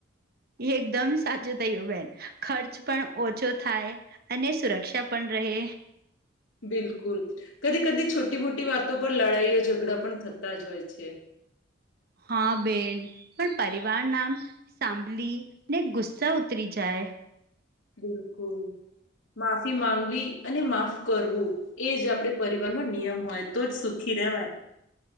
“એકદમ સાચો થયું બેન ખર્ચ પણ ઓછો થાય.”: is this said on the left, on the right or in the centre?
Right